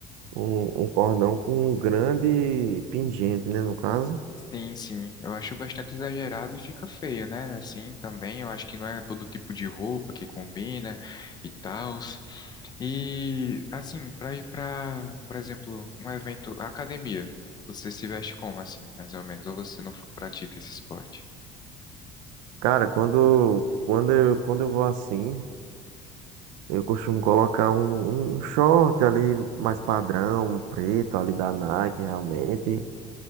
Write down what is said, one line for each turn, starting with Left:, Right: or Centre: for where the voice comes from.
Right: um um cordão com um grande pingente, né? No caso.
Left: Sim, sim, eu acho bastante exagerado e fica feio, né? Assim também, eu acho que não é todo tipo de roupa que combina e tal. E assim, para ir para, por exemplo, um evento, academia, você se veste como assim, mais ou menos? Ou você não f- pratica esse esporte?
Right: Cara, quando, quando, eu- quando eu vou assim. Eu costumo colocar um, um um short ali mais padrão, um preto ali da Nike, realmente.